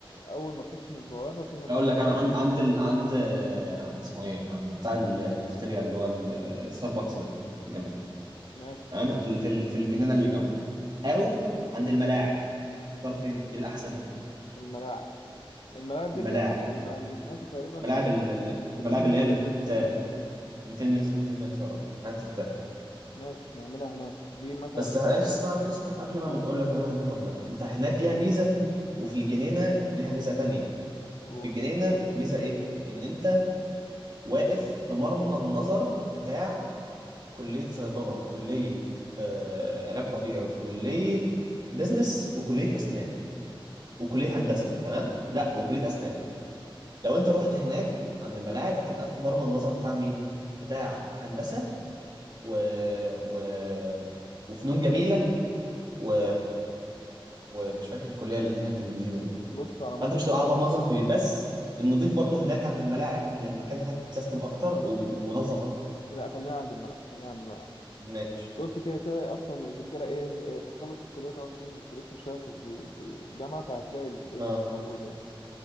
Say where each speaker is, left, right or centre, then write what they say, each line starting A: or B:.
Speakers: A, on the left; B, on the right.
A: اول ما تخش من البوابه في مكان
B: اقول لك
A: واسع
B: انا عند
A: كده
B: عند ال... عند عند اسمه ايه عند بتاع الكافيتيريا اللي هو الستاربكس ده اللي جنبه
A: ماشي
B: تمام في ال- في ال- في الجنينه اللي جنبه او
A: دي-
B: عند
A: مم.
B: الملاعب اختار فين ايه الاحسن
A: الملاعب الملاعب
B: الملاعب
A: دي اللي هي الم- مساحتها تقريبا
B: ملاعب ال-
A: 200
B: الملاعب
A: متر
B: اللي هي التان.
A: في 200 متر دي
B: 200 متر 200 متر اه قاعد ترتاح
A: ماشي نعملها هناك دي مثلا
B: بس اسمع اسمع قبل ما
A: اه
B: نقول لك نعملها هناك ولا لا انت هناك ليها ميزه وفي الجنينه ليها ميزه تانية
A: و...
B: في الجنينه ميزه ايه ان انت واقف في مرمى النظر بتاع كليه صيدله وكليه آه علاج طبيعي وكليه بزنس وكليه اسنان وكليه هندسه تمام
A: مم.
B: لا وكليه اسنان لو انت رحت هناك عند الملاعب هتبقى في مرمى النظر بتاع مين بتاع هندسه و... و... وفنون جميله و... ومش فاكر الكليه اللي هناك الجديده دي
A: بص على ما
B: فانت
A: اعتقد
B: مش هتبقى على مرمزر كبير بس النضيف برضو هناك عند الملاعب ان المكان هناك متسيستم اكتر و- ومنظم اكتر
A: لا خلينا عند الملعب خلينا عند الملعب
B: ماشي
A: بص كده كده اصلا الرجاله ايه إيه، بتخلص الكليه تقعد تنزل تلف شويه في ال- في الجامعه فهتلاقي الايفنت
B: اه
A: موجود يعني